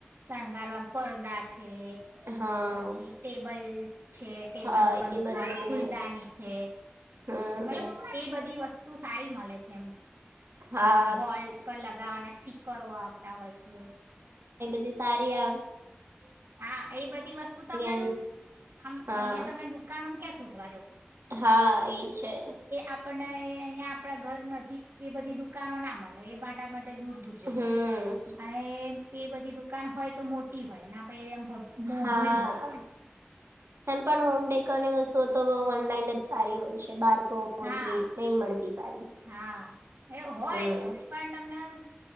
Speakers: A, on the right; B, on the right.
A: શણગારવા પડદા છે
B: હા
A: પછી ટેબલ છે ટેબલ
B: હા
A: ઉપર મૂકવાની
B: એ બધું મે
A: ફૂલદાની છે.
B: હમ
A: મતલબ એ બધી વસ્તુ સારી મળે છે એમ
B: હા
A: વોલ પર લગાવવાના સ્ટીકરો આવતા હોય છે.
B: જી સારી આપ.
A: હા એ બધી વસ્તુ તમને
B: એમ
A: આમ
B: હા
A: અહિયાં તમે દુકાનમ ક્યાં શોધવા જવ.
B: હા એ છે.
A: આપણને અહિયાં આપડા ઘર નજીક એ બધી દુકાનો ના મળે એ માટે. દૂર દૂર જવું
B: હમ
A: પડે અને એ બધી દુકાન હોય તો મોટી હોય. પમ મોંઘુંય
B: હા
A: હોય ત્યાં.
B: એમ પણ હોમ ડેકોરની વસ્તુઓ તો ઓનલાઈન જ સારી હોય છે બહાર. તો
A: હા
B: એટલી નહી મળતી. સારી
A: હા એવું હોય
B: હમ
A: પણ તમને.